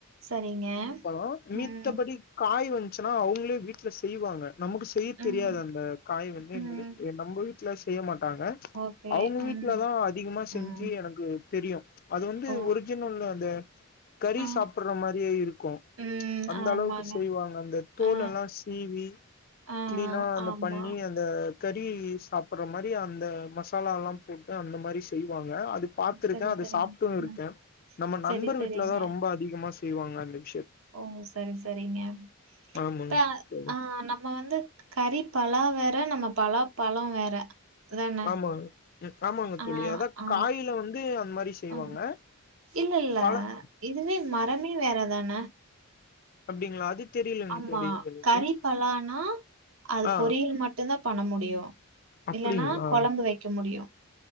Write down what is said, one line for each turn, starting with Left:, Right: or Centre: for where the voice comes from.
Right: சரிங்க.
Left: பலோ மித்த
Right: ம்
Left: படி காய் வந்துச்சுன்னா அவங்களே வீட்டில் செய்வாங்க நமக்கு செய்ய
Right: ம்
Left: தெரியாது அந்த காய் வந்து
Right: ம்.
Left: எங்க நம்ம வீட்டுல செய்ய மாட்டாங்க
Right: ஓகே.
Left: அவங்க
Right: ம்
Left: வீட்டுல தான் அதிகமா செஞ்சு
Right: ம்.
Left: எனக்கு தெரியும் அது வந்து
Right: ஓகே.
Left: ஒரிஜினல் அந்த கறி
Right: ஆ
Left: சாப்பிடற மாரியே இருக்கும்
Right: ம்
Left: அந்த
Right: ஆமாங்க.
Left: அளவுக்கு செய்வாங்க அந்த தோல்
Right: ஆ
Left: எல்லாம் சீவி
Right: ஆ
Left: க்ளீனா அந்த
Right: ஆமா.
Left: பண்ணி அந்த கறி சாப்பிடுற மாதிரி அந்த மசாலால்லாம் போட்டு அந்த மாதிரி செய்வாங்க இல்ல அது பார்த்திருக்கேன்
Right: சரி
Left: அது
Right: சரிங்க.
Left: சாப்ட்டும்
Right: ஆ
Left: இருக்கேன் நம்ம
Right: சரி
Left: நண்பர்
Right: சரிங்க.
Left: வீட்டுல தான் ரொம்ப அதிகமா செய் செய்வாங்க அன்னிக்கு
Right: ஓ சரி சரி ங்ஞ
Left: ஆமாங்க
Right: இப்ப
Left: தோழி
Right: ஆஹ் நம்ம வந்து கறி பலா வேற நம்ம பலாப்பழம் வேற தான?
Left: ஆமாங்க ம் ஆமாங்க
Right: ஆ
Left: தோழி அதா
Right: ஆ.
Left: காயில வந்து அந்த மாதிரி செய்வாங்க
Right: ம். இல்ல இல்ல.
Left: பழ
Right: இதுவே மரமே வேற தான
Left: அப்டிங்களா அது தெரியலங்க
Right: ஆமா
Left: தோழி எனக்கு
Right: கறி பலானா அது
Left: ஆ
Right: பொரியல் மட்டும்தான் பண்ண முடியும்
Left: அப்டிங்களா
Right: இல்லன்னா கொழம்பு வைக்க முடியும்